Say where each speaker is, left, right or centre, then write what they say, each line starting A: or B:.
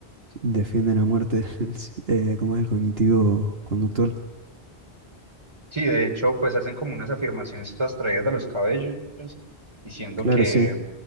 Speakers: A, on the right; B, on the right.
A: Defienden a muerte <laughs> el, s- eh, ¿cómo es el cognitivo conductual?
B: sí, de hecho, pues hacen como unas afirmaciones todas traídas de los cabellos diciendo
A: Claro,
B: que,
A: sí,